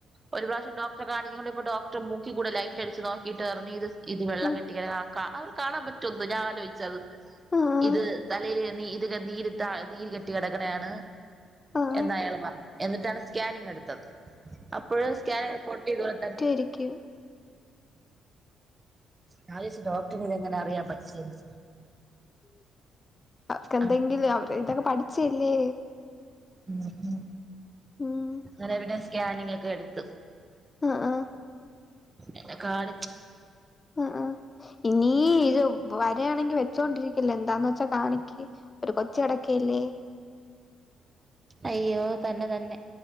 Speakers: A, on the right; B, on the left.
A: ഒരു പ്രാവശ്യം ഡോക്ടറെ കാണി <unintelligible> ഡോക്ടറ് മൂക്കി കൂടെ ലൈറ്റ് അടിച്ച് നോക്കിട്ട് പറഞ്ഞ് ഇത് ഇത് വെള്ള
B: ആഹ്
A: കെട്ടി കെടക്കണ <unintelligible> കാണാൻ പറ്റുന്നു ഞാൻ ആലോചിച്ച അത്
B: ആഹ്
A: ഇത് തലയില് <unintelligible> നീര് കെട്ടി കിടക്കണയാണ്
B: ആഹ്
A: എന്ന്
B: ആഹ്
A: അയാള് പറഞ്ഞു എന്നിട്ടാണ് സ്കാനിങ് എടുത്തത് അപ്പോഴും സ്കാനിങ് റിപ്പോർട്ടിൽ ഇത് പോലെ
B: എനിക്ക്
A: ഞാൻ വിചാരിച്ച് ഡോക്ടറിന് ഇതെങ്ങനെ അറിയാൻ പറ്റുവെന്ന്
B: അവർക്ക് എന്തെങ്കിലും
A: അങ്ങനെ
B: അവര് ഇതൊക്കെ പഠിച്ചയല്ലേ
A: ഉം ഉം
B: ഉം
A: അങ്ങനവിടെ സ്കാനിങ് ഒക്കെ എടുത്ത്
B: ആഹ് ആഹ്
A: എന്നെ കാണിച്ച്
B: ആഹ് ആഹ് ഇനീ ഇതും വരിയാണെങ്കി വെച്ചോണ്ടിരിക്കല്ലേ എന്താന്ന് വെച്ചാ കാണിക്ക് ഒരു കൊച്ച് കെടക്കല്ലേ
A: അയ്യോ തന്നെ തന്നെ